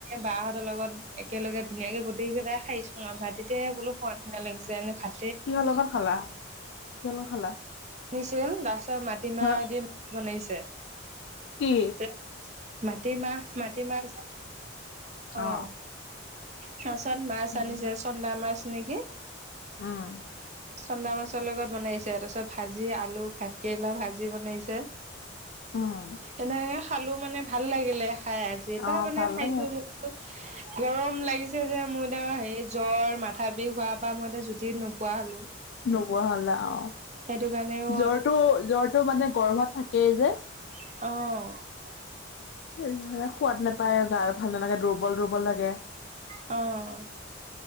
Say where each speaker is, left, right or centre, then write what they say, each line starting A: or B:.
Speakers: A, on the right (about 35°); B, on the left (about 65°).
A: বাহ লগত একেলগে ধুনীয়াকে গোটেইকেইতাই খাইছো আৰু ভাত তেতিয়া বোলো খোৱাৰ নিচিনা লাগিছে। এনে ভাত
B: কিহৰ লগত খালা কিহৰ লগত খালা?
A: আনিছিল তাৰপিছত মাটিমাহ
B: হ
A: দি মাছ বনাইছে।
B: কি
A: ত মাটিমাহ মাটিমাহ
B: অ
A: আহ চত মাছ
B: উম
A: আনিছে চন্দা মাছ নেকি
B: উম
A: চন্দা মাছ ছৰ লগত বনাইছে, তাৰ পিছত ভাজি আলু ভাতকেৰেলা ভাজি বনাইছে।
B: উম
A: তেনেকে খালো মানে ভাল লাগিলে। খাই আছে
B: অ
A: তাৰ মানে
B: ভাল
A: খাইছে
B: লাগে
A: যোনতো গৰম লাগিছে যে মইতাৰ হে জ্বৰ মাথা বিষ হোৱাৰ পৰা মই এতিয়া জুতিত নোপোৱা হ'লো।
B: ৱা হ'লে আৰু
A: সেইটো কাৰণেও
B: জ্বৰটো জ্বৰটো মানে গৰ্ভত থাকেই যে।
A: অ'
B: য়ে সোৱাদ নোপায় গাৰ ভাল নালাগে দুৰ্বল দুৰ্বল লাগে।
A: অ'